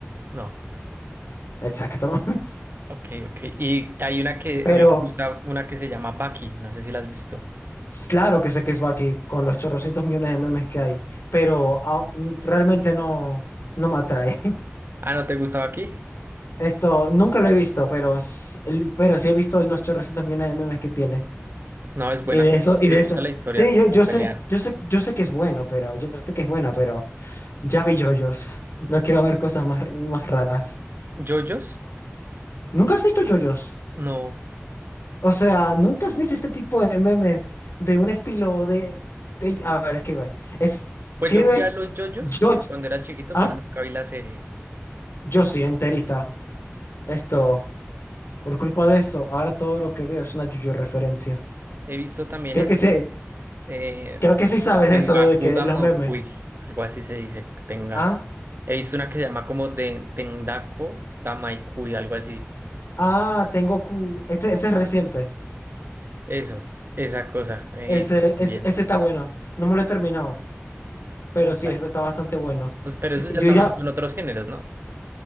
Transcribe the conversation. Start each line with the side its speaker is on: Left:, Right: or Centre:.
Right: No.
Left: Exacto. <laughs>
Right: Ok, ok. Y hay una que
Left: Pero
Right: a mí me gusta, una que se llama Baki. No sé si la has visto.
Left: claro que sé que es Baki con los chorrocientos millones de memes que hay, pero au- realmente no, no me atrae. <laughs>
Right: Ah, ¿no te gusta Baki?
Left: Esto nunca lo he visto, pero, s- el- pero sí he visto los chorrocientos millones de memes que tiene.
Right: No, es buena.
Left: Y de eso, y
Right: Me
Left: de eso.
Right: gusta la historia,
Left: Sí, yo,
Right: como
Left: yo
Right: pelean.
Left: sé, yo sé, yo sé que es bueno, pero yo sé que es buena, pero ya vi yoyos. No quiero ver cosas más, más raras.
Right: ¿Yoyos?
Left: ¿Nunca has visto yoyos?
Right: No.
Left: O sea, ¿nunca has visto este tipo de memes de un estilo de, de- A ver, escribe. Es-
Right: Pues
Left: escribe
Right: yo jugué a los yoyos,
Left: yo,
Right: pero cuando era chiquito,
Left: ah,
Right: pero nunca vi la serie.
Left: yo sí, enterita. Esto, por culpa de eso, ahora todo lo que veo es una yoyo referencia.
Right: He visto también
Left: Creo
Right: eso,
Left: que sí,
Right: que es, eh,
Left: creo que sí sabes
Right: Tengaku
Left: eso de que
Right: Damokui,
Left: los memes.
Right: algo así se dice, tenga.
Left: ¿Ah?
Right: He visto una que se llama como de Tendako Damaikui, algo así.
Left: Ah, tengo Q. Este, ese es reciente.
Right: Eso, esa cosa, he
Left: Ese,
Right: visto también.
Left: es- ese está bueno. No me lo he terminado, pero sí,
Right: Bueno,
Left: es- está bastante bueno.
Right: pues, pero esos
Left: Y
Right: ya
Left: yo
Right: también
Left: ya,
Right: son otros géneros, ¿no?